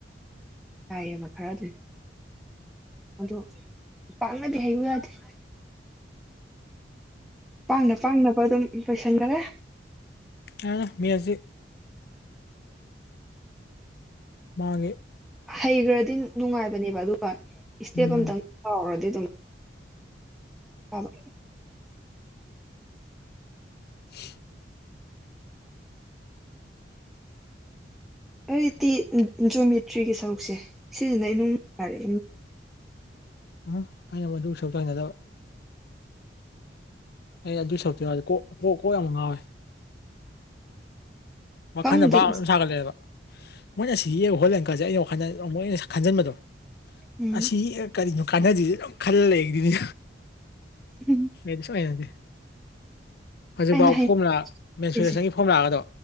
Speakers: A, in the centre; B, on the left.
A: ꯌꯥꯏꯑꯕ ꯈꯔ ꯑꯗꯨꯝ ꯑꯗꯣ ꯄꯥꯛꯅꯗꯤ ꯍꯩꯌꯨ ꯌꯥꯗꯦ ꯄꯥꯡꯅ ꯄꯥꯡꯅꯕ ꯑꯗꯨꯝ ꯂꯣꯏꯁꯟꯈ꯭ꯔꯦ
B: ꯌꯥꯔꯦꯗ ꯃꯦꯁꯖꯤ ꯃꯥꯒꯤ
A: ꯍꯩꯈ꯭ꯔꯗꯤ ꯅꯨꯡꯉꯥꯏꯕꯅꯦꯕ ꯑꯗꯨꯒ ꯏꯁꯇꯦꯞ
B: ꯎꯝ
A: ꯑꯇꯪ ꯀꯥꯎꯔꯗꯤ ꯑꯗꯨꯝ ꯍꯣꯏ
B: <unintelligible>
A: ꯑꯩꯇꯤ ꯖꯨꯃꯦꯇ꯭ꯔꯤꯒꯤ ꯁꯔꯨꯛꯁꯦ ꯁꯤꯁꯤꯅ ꯏꯅꯨꯡꯅꯨꯡꯉꯥꯏꯔꯦ
B: ꯎꯝ ꯑꯩꯅ ꯃꯅꯨꯡ ꯁꯔꯨꯛ ꯇꯥꯏꯟꯗꯕ ꯑꯩ ꯑꯗꯨ ꯁꯛꯔꯨꯇꯨ ꯌꯧꯔꯗꯤ ꯀꯣꯛ ꯀꯣꯛ ꯀꯣꯛ ꯌꯥꯝ ꯉꯥꯎꯋꯦ ꯋꯥꯈꯜꯅ
A: ꯈꯪꯗꯦ
B: ꯚꯥꯕ ꯑꯗꯨꯝ ꯁꯥꯒꯠꯂꯛꯑꯦꯕ ꯃꯣꯏꯅ ꯁꯤ ꯌꯦꯛꯏ ꯍꯣꯠꯂꯤ ꯑꯪꯀꯁꯦ ꯑꯩ ꯋꯥꯈꯜꯗ ꯑꯃꯨꯛ ꯍꯦꯟꯅ ꯈꯟꯖꯟꯕꯗꯣ
A: ꯎꯝ
B: ꯑꯁꯤ ꯌꯦꯛꯑ ꯀꯔꯤꯕꯨ ꯀꯥꯟꯅꯗꯣꯏꯅꯣ ꯑꯗꯨꯝ ꯈꯜꯂ ꯂꯩꯗꯣꯏꯅꯤ
A: ꯍꯝ
B: ꯃꯦꯁ ꯑꯣꯏꯅꯅꯦ ꯍꯧꯖꯤꯛꯐꯥꯎ
A: ꯑꯩꯅ
B: ꯐꯣꯝꯃꯨꯂꯥ
A: ꯍꯩꯅꯔꯤꯁꯦ
B: ꯃꯦꯟꯁꯨꯔꯦꯁꯟꯒꯤ ꯐꯣꯝꯂꯥꯑꯒꯗꯣ